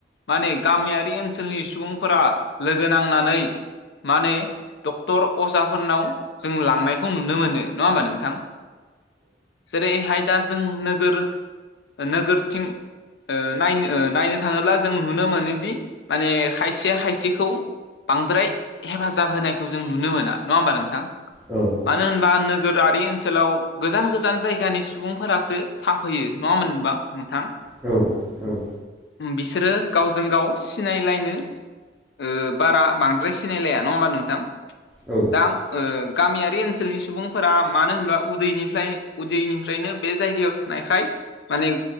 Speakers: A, on the left; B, in the centre.
A: माने गामियार बि ओनसोलनि सुबुंफोरा लोगो नांनानै माने डक्टर अजाफोरनाव जों लांनायखौ नुनो मोनो नङा होमबा नों थां जेरै हाय दा जों नोगोर नोगोरथिं ओ नायनो नायनो थाङोब्ला जों नुनो मोनोदि माने खायसे खायसे खौ बांद्राय हेफाजाब होनायखौ जों नुनो मोना नङा होमबा नोंथां।
B: औ
A: मानो होनबा नोगोरारि ओनसोलाव गोजान गोजान जायगानि सुबुंफोरासो थाफैयो नङा होनबा मोनोनबा नोंथां
B: औ औ
A: बिसोरो गावजों गाव सिनायलायनो ओ‌ बारा बांद्राय सिनायलाया नङा होमबा नोंथां।
B: औ
A: दा ओ गामियारि ओनसोलनि सुबुंफोरा मानो होनोबाफ्राय उन्दैनिफ्राय उदैनिफ्रायनो बे जायगायाव थानायखाय माने